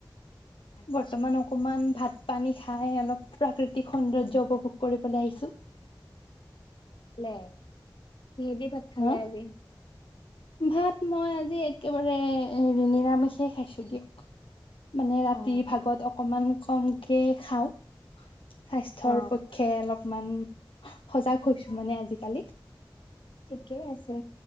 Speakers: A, on the left; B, on the left.
A: আচ্ছা
B: বৰ্তমান অকমান ভাত পানী খাই অলপ প্ৰাকৃতিক সৌন্দৰ্য উপভোগ কৰিবলৈ আহিছো।
A: প্লে কিহেদি ভাত খালে
B: হা
A: আজি?
B: ভাত মই আজি একেবাৰে হেৰি নিৰামিষে খাইছো দিয়ক। মানে ৰাতিভাগত
A: অ
B: অকমান কমকে খাওঁ! স্বাস্থ্যৰ
A: অ
B: পক্ষে অলপ ইমান সজাগ হৈছো মানে আজিকালি
A: ঠিকেই আছে